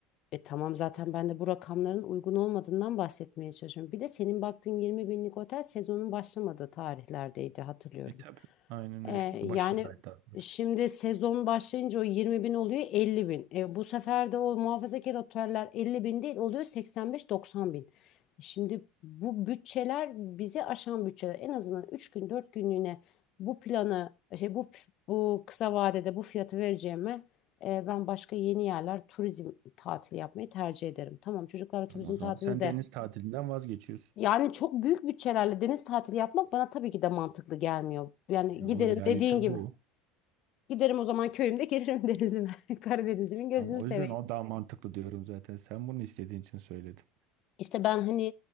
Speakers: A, on the left; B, on the right.
A: E tamam zaten ben de bu rakamların uygun olmadığından bahsetmeye çalışıyorum. Bir de senin baktığın 20 binlik otel sezonun başlamadığı tarihlerdeydi hatırlıyorum.
B: E tabii. Aynen
A: Ee,
B: öyle. Başındaydı
A: yani
B: daha doğrusu.
A: şimdi sezon başlayınca o 20 bin oluyor 50 bin. E, bu sefer de o muhafazakar oteller 50 bin değil oluyor 85-90 bin. Şimdi bu bütçeler bizi aşan bütçeler. En azından 3 gün 4 günlüğüne bu planı şey bu bu kısa vadede bu fiyatı vereceğime e, ben başka yeni yerler turizm tatili yapmayı tercih ederim. Tamam çocuklarla turizm
B: Ama o zaman
A: tatili
B: sen
A: de
B: deniz tatilinden vazgeçiyorsun.
A: yani çok büyük bütçelerle deniz tatili yapmak bana tabii ki de mantıklı gelmiyor. Yani
B: Ya
A: giderim
B: o realite
A: dediğin gibi
B: bu.
A: Giderim o zaman köyümde girerim <laughs> denizime. <laughs> Karadeniz'imin gözünü
B: Tamam, o
A: seveyim.
B: yüzden o daha mantıklı diyorum zaten. Sen bunu istediğin için söyledim.
A: İşte ben hani